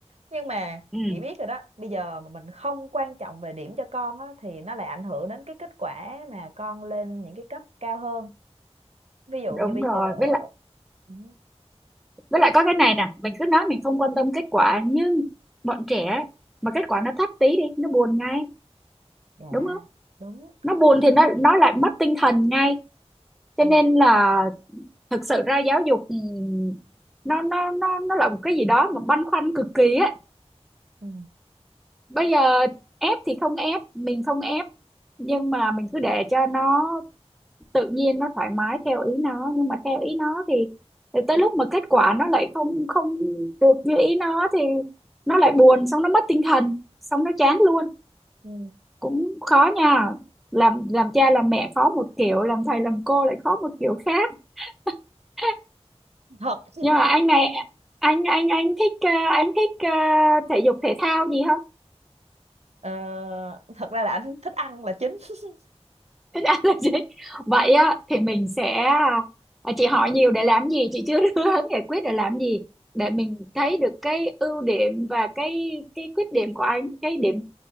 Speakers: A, on the right (about 75°); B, in the centre.
A: nhưng mà
B: Ừ,
A: chị biết rồi đó, bây giờ mà mình không quan trọng về điểm cho con á thì nó lại ảnh hưởng đến cái kết quả mà con lên những cái cấp cao hơn. Ví dụ
B: đúng
A: như bây
B: rồi.
A: giờ
B: Với lại
A: Ừ,
B: với lại có cái này nè, mình cứ nói mình không quan tâm kết quả nhưng bọn trẻ ấy, mà kết quả nó thấp tí đi, nó buồn ngay,
A: dạ
B: đúng không?
A: đúng
B: Nó buồn thì nó nó lại mất tinh thần ngay cho
A: ừ.
B: nên là thực sự ra giáo dục ừm, nó nó nó nó là một cái gì đó mà băn khoăn cực kỳ á
A: Ừ.
B: bây giờ ép thì không ép mình không ép nhưng mà mình cứ để cho nó tự nhiên nó thoải mái theo ý nó nhưng mà theo ý nó thì, thì tới lúc mà kết quả nó lại không không được như ý nó thì nó lại buồn xong nó mất tinh thần xong nó chán luôn
A: Ừ.
B: cũng khó nha làm làm cha làm mẹ khó một kiểu làm thầy làm cô lại khó một kiểu khác <laughs>
A: thật <laughs>
B: nhưng mà anh này anh anh anh thích ờ, anh thích ờ, thể dục thể thao gì không
A: ờ, thật ra là anh thích ăn là chính <laughs>
B: <laughs> Ít ăn là gì? Vậy á, thì mình sẽ à, chị hỏi nhiều để làm gì chị chưa <laughs> đưa hướng giải quyết để làm gì để mình thấy được cái ưu điểm và cái cái khuyết điểm của anh cái điểm